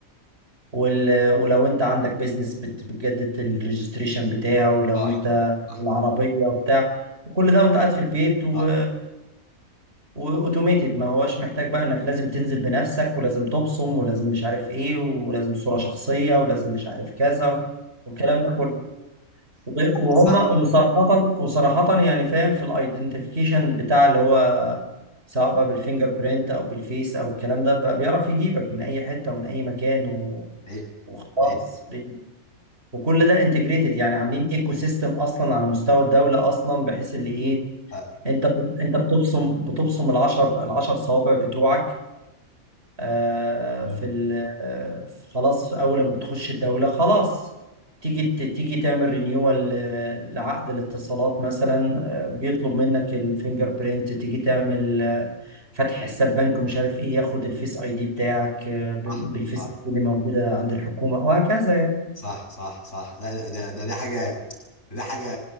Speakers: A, on the right (about 45°); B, on the left (about 60°).
A: وال... ولو انت عندك بيزنس بت... بتجدد الريجستريشن بتاعه ولو
B: صح
A: انت
B: صح
A: العربية وبتاع وكل ده وانت قاعد في البيت و...
B: صح
A: واوتوميتد ما هوش محتاج بقى انك لازم تنزل بنفسك ولازم تبصم ولازم مش عارف ايه ولازم صورة شخصية ولازم مش عارف كذا والكلام ده كله وب- وهم
B: صح
A: وصراحة وصراحة يعني فاهم في الايدنتيفيكيشن بتاع اللي هو سواء بقى بالفينجر برينت او بالفيس او الكلام ده بقى بيعرف يجيبك من اي حتة ومن اي مكان و...
B: حقيقي
A: وخلاص
B: حقيقي
A: بي- وكل ده انتجريتد يعني عاملين ايكو سيستم اصلا على مستوى الدولة اصلا بحيث اللي ايه
B: آه.
A: انت انت بتبصم بتبصم العشر العشر صوابع بتوعك آه،
B: مم.
A: في ال... آه، خلاص اول ما بتخش الدوله خلاص تيجي ت- تيجي تعمل رينيوال لعقد الاتصالات مثلا آه، بيطلب منك الفينجر برينت تيجي تعمل آه، فتح حساب بنك ومش عارف ايه ياخد الفيس اي دي بتاعك آه، ب-
B: صح
A: بالفيس
B: صح
A: اي دي اللي موجوده عند الحكومه وهكذا يعني
B: صح صح صح لا ده ده ده, ده حاجه ده حاجه